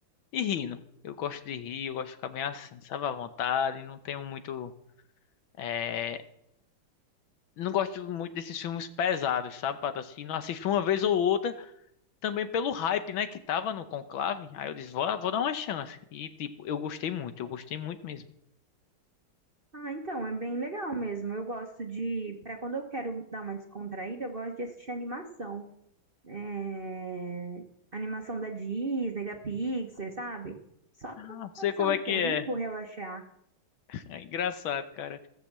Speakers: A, on the left (about 70°); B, on the right (about 35°).
A: e rindo. Eu gosto de rir, eu gosto de ficar bem assim, sabe, à vontade, não tenho muito... eh, não gosto muito desses filmes pesados, sabe, Pato? Assim, não assisto uma vez ou outra, também pelo hype, né, que tava no Conclave. Aí eu disse, vou, vou dar uma chance. E, tipo, eu gostei muito, eu gostei muito mesmo.
B: Ah, então, é bem legal mesmo. Eu gosto de, para quando eu quero dar uma descontraída, eu gosto de assistir animação. É, animação da Disney, da Pixar, sabe? Só
A: Ah,
B: pra
A: sei
B: passar
A: como é
B: o tempo,
A: que é.
B: relaxar.
A: É engraçado, cara.